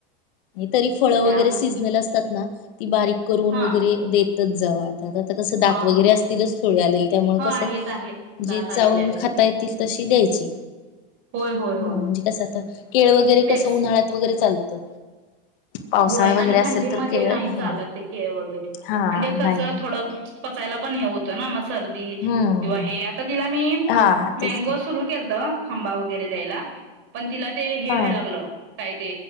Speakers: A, on the left (about 65°); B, on the right (about 45°).
A: तरी फळ
B: त्यामुळे
A: वगैरे सीजनल असतात ना ती बारीक करून
B: हा
A: वगैरे देतच जावा. त्यात आता कस
B: हा
A: दात वगैरे
B: हा
A: असतीलच थोडे आलेली त्यामुळे
B: ह
A: कसं
B: आहेत आहेत दात
A: जी
B: आलेले
A: चावून
B: आहेत
A: खाता
B: तिला
A: येतील तशी ती द्यायची.
B: होय होय होय
A: हम म्हणजे कस आता केळ वगैरे
B: वॅक्स
A: कसं उन्हाळ्यात वगैरे चालतं.
B: <inaudible>
A: पावसाळा
B: होय आणि
A: वगैरे असेल
B: थंडीमध्ये
A: तर केळ
B: नाही
A: हे
B: चालत ते केळ वगैरे.
A: हा
B: आणि ते कसं
A: नाही
B: थोडं पचायला पण हे होत ना म सर्दी
A: हम्म
B: किंवा
A: हम्म
B: हे आता तिला मी मी
A: हा तेच
B: मॅंगो
A: की
B: सुर केलत आंबा वगैरे द्यायला पण तिला ते हे
A: हा
B: व्हायला लागलं काय ते